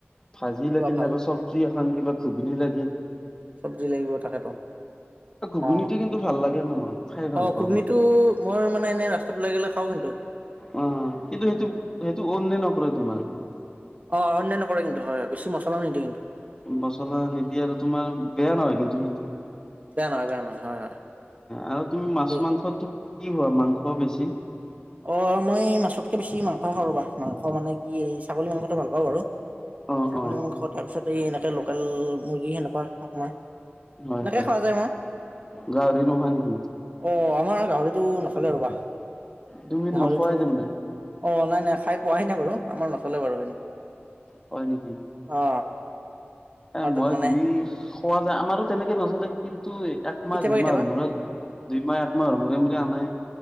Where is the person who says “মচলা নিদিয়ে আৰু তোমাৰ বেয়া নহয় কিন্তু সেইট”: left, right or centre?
Left